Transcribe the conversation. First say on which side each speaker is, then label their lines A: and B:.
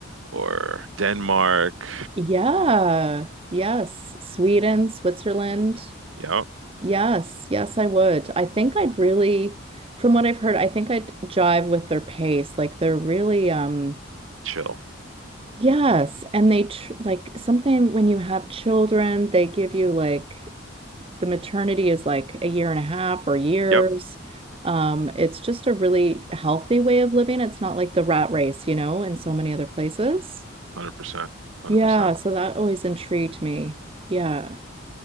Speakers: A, on the right; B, on the right.
A: or Denmark.
B: Yeah. Yes. Sweden, Switzerland.
A: Yep,
B: Yes. Yes, I would. I think I'd really, from what I've heard, I think I'd jive with their pace. Like they're really, um,
A: chill.
B: yes. And they tr like something when you have children, they give you like the maternity is like a year and a half or years.
A: Yep,
B: Um, it's just a really healthy way of living. It's not like the rat race, you know, in so many other places.
A: 100%. 100%.
B: Yeah, so that always intrigued me. Yeah,